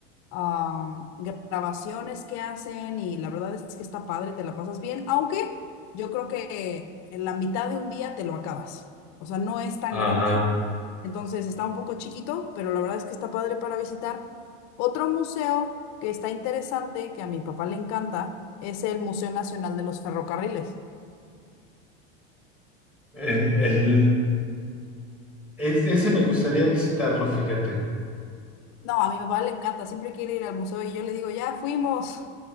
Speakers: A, on the left (about 50°); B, in the centre.
A: ah, grabaciones que hacen y la verdad es que está padre, te la pasas bien, aunque yo creo que en la mitad de un día te lo acabas. O sea, no es tan
B: ajá.
A: grande, entonces está un poco chiquito, pero la verdad es que está padre para visitar. Otro museo que está interesante, que a mi papá le encanta, es el Museo Nacional de los Ferrocarriles.
B: El, el... Es- ese me gustaría visitarlo, fíjate.
A: No, a mi papá le encanta, siempre quiere ir al museo y yo le digo, ya fuimos,